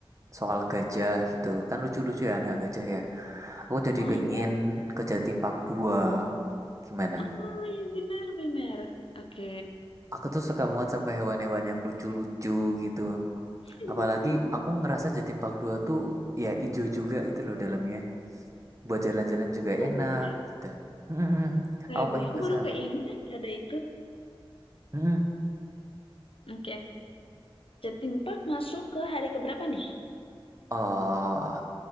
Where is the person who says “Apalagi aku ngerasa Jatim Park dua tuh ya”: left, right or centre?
Right